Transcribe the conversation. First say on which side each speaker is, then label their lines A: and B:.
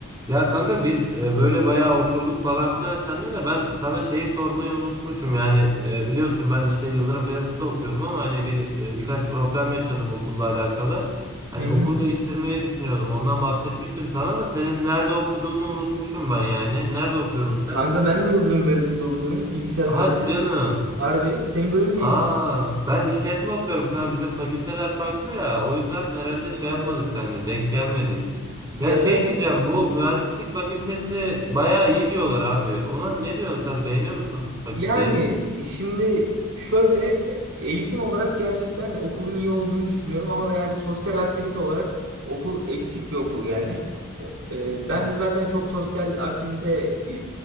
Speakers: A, on the right; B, on the right.
A: Ya kanka biz e, böyle bayağı oturduk falan filan senle de ben sana şeyi sormayı unutmuşum yani e, biliyorsun ben işte Yıldırım Beyazıt'ta okuyordum ama hani bir e, birkaç problem yaşadım okulla alakalı. Hani
B: Hı hı.
A: okul değiştirmeyi düşünüyordum ondan bahsetmiştim sana da senin nerede okuduğunu unutmuşum ben yani. Nerede okuyordun sen?
B: Kanka ben de Yıldırım Beyazıt'ta okuyorum. Bilgisayar
A: Hadi
B: mühendisliği.
A: canım.
B: Harbi. Senin bölüm neydi?
A: Aa, ben işletme okuyorum kanka. Bizim fakülteler farklı ya. O yüzden herhalde
B: Ha,
A: şey yapmadık seninle. Denk gelmedik.
B: yatay
A: Ya şey
B: bir...
A: diyeceğim bu mühendislik fakültesi bayağı iyi diyorlar abi. Ona ne diyorsun sen beğeniyor musun fakülteyi?
B: Yani şimdi şöyle eğitim olarak gerçekten okulun iyi olduğunu düşünüyorum ama yani sosyal aktivite olarak okul eksik bir okul yani. O- e, ben de zaten çok sosyal aktivite e,